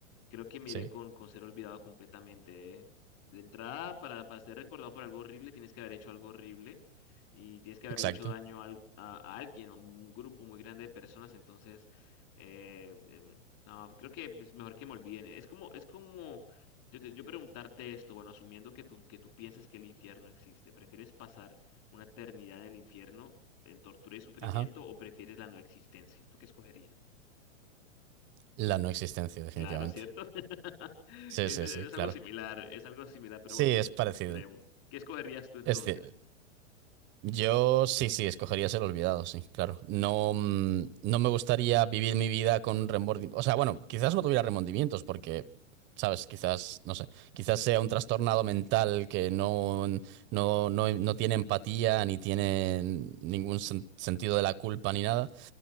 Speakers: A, on the left; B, on the right.
A: Creo que me
B: sí,
A: iré con, con ser olvidado completamente. ¿eh? De entrada, para, para ser recordado por algo horrible, tienes que haber hecho algo horrible y tienes que haberle
B: exacto.
A: hecho daño al- a, a alguien o a un grupo muy grande de personas. Entonces, eh, em, no, creo que es mejor que me olviden. Es como, es como yo, te- yo preguntarte esto, bueno, asumiendo que tú, que tú pienses que el infierno existe, ¿prefieres pasar una eternidad en el infierno en tortura y sufrimiento
B: Ajá.
A: o prefieres la no existencia? ¿Tú qué escogerías?
B: La no existencia, definitivamente.
A: Claro, ¿cierto? <laughs>
B: Sí,
A: Es,
B: sí,
A: e,
B: sí,
A: es
B: claro.
A: algo similar, es algo similar, pero
B: Sí,
A: bueno, es mucho
B: es parecido.
A: más extremo. ¿Qué escogerías tú entonces?
B: Es, ci- Yo sí, sí, escogería ser olvidado, sí, claro. No, mm, no me gustaría vivir mi vida con remordimientos. O sea, bueno, quizás no tuviera remordimientos porque, ¿sabes? Quizás, no sé, quizás sea un trastornado mental que no, no, no, no tiene empatía ni tiene ningún sen- sentido de la culpa ni nada